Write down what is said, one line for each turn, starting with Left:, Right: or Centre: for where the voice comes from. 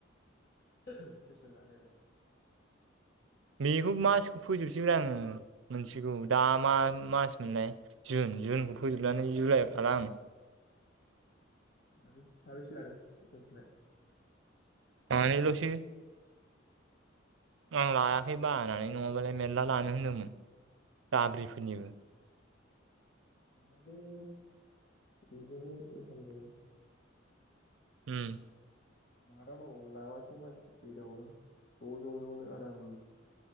Left: <unintelligible> टिउसन लानायालाय?
Right: बेखौ मासखौ फोजोबसैब्रा आङो मोनसेखौ दा मा मास मोनलनाय जुन जुनखौ फोजोबनानै जुलाइआव थाला आं।
Left: आरो साबैसे लादों टिउसन खौलाय?
Right: आनै ल'सो आं लायाखै बानानै नङाबालाय मेला लानो होनदोंमोन दाब्रिफोरनिबो।
Left: लानांगौलै। इजोंबो इंखाम जायो।
Right: उम
Left: लादावनांगौ लाबासो मानसि फैदावो ज' ज' ज'नो आराम।